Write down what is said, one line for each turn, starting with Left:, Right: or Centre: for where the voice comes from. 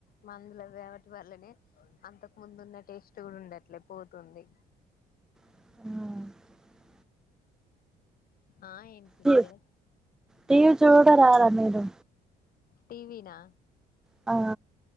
Left: మందులు వేవటి వల్లనే అంతకు ముందు ఉన్న టేస్ట్ కూడా ఉండట్లే పోతుంది
Centre: అవును
Left: ఆహా ఆ ఏంటి సిస్టర్
Centre: టీ టీవీ చూడరారా మీరు
Left: టీవీ నా
Centre: ఆ